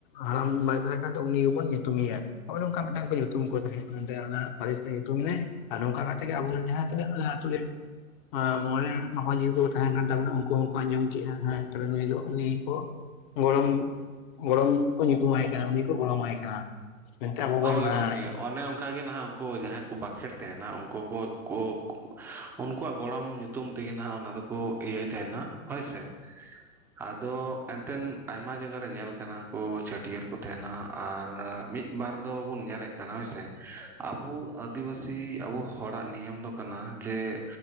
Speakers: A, on the left; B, in the centre.
A: ᱦᱟᱲᱟᱢ ᱵᱟ ᱛᱟᱦᱮ ᱠᱟᱱ ᱫᱚ ᱩᱱᱤ ᱜᱮᱵᱚᱱ ᱧᱩᱛᱩᱢ ᱮᱭᱟ ᱦᱚᱜᱼᱚᱭ ᱚᱝᱠᱟ ᱢᱮᱜᱴᱟᱝ ᱠᱚ ᱧᱩᱛᱩᱢ ᱠᱚ ᱛᱟᱦᱮᱸ ᱠᱟᱱᱛᱮ ᱚᱱᱟ ᱯᱟᱹᱨᱤᱥ ᱨᱮ ᱧᱩᱛᱩᱢ ᱮᱱᱟᱭ ᱟᱨ ᱱᱚᱝᱠᱟ ᱠᱟᱛᱮ ᱜᱮ ᱟᱵᱚᱨᱮᱱ ᱡᱟᱦᱟᱸ ᱛᱤᱱᱟᱹᱜ ᱟᱛᱩ ᱨᱮᱱ ᱟᱸ ᱢᱚᱬᱮ ᱢᱟᱯᱟᱹᱡᱷᱤ ᱠᱚᱠᱚ ᱛᱟᱦᱮᱱ ᱠᱟᱱ ᱛᱟᱵᱚᱱᱟ ᱩᱱᱠᱩ ᱦᱚᱸᱠᱩ ᱟᱸᱡᱚᱢ ᱠᱮᱜ-ᱟ ᱦᱚᱭ ᱛᱟᱦᱚᱞᱮ ᱱᱩᱭ ᱫᱚ ᱩᱱᱤ ᱠᱚ ᱜᱚᱲᱚᱢ-ᱜᱚᱲᱚᱢ ᱠᱚ ᱧᱩᱛᱩᱢ ᱟᱭ ᱠᱟᱱᱟ ᱩᱱᱤ ᱠᱚ ᱜᱚᱲᱚᱢᱟᱭ ᱠᱟᱱᱟ ᱢᱮᱱᱛᱮ ᱟᱵᱚ ᱵᱚᱱ
B: ᱦᱚᱭ
A: ᱵᱟᱲᱟᱭ
B: ᱜᱚᱝᱠᱮ
A: ᱫᱟᱲᱮᱭᱟᱜᱼᱟ
B: ᱚᱱᱮ ᱚᱱᱠᱟ ᱜᱮ ᱱᱟᱦᱟᱜ ᱠᱚ ᱡᱟᱦᱟᱸᱭ ᱠᱚ ᱵᱟᱹᱠᱷᱮᱲ ᱛᱮᱦᱮᱱᱟ ᱩᱱᱠᱩ ᱠᱚ ᱠᱚᱠ ᱩᱱᱠᱩᱣᱟᱜ ᱜᱚᱲᱚᱢ ᱧᱩᱛᱩᱢ ᱧᱩᱛᱩᱢ ᱛᱮᱜᱤ ᱱᱟᱜ ᱚᱱᱟ ᱫᱚᱠᱚ ᱤᱭᱟᱹᱭ ᱛᱮᱦᱮᱱᱟ ᱦᱚᱭᱥᱮ ᱟᱫᱚ ᱮᱱᱛᱮᱸ ᱟᱭᱢᱟ ᱡᱟᱜᱟ ᱨᱮ ᱧᱮᱞ ᱠᱟᱱᱟ ᱠᱚ ᱪᱷᱟᱹᱴᱭᱟᱹᱨ ᱠᱚ ᱛᱟᱦᱮᱱᱟ᱾ ᱟᱨ ᱢᱤᱫ ᱵᱟᱨ ᱫᱚᱵᱚᱱ ᱧᱮᱞᱮᱜ ᱠᱟᱱᱟ ᱦᱚᱭᱥᱮ ᱟᱵᱚ ᱟᱹᱫᱤᱵᱟᱹᱥᱤ ᱟᱵᱚ ᱦᱚᱲᱟᱜ ᱱᱤᱭᱚᱢ ᱫᱚ ᱠᱟᱱᱟ ᱡᱮ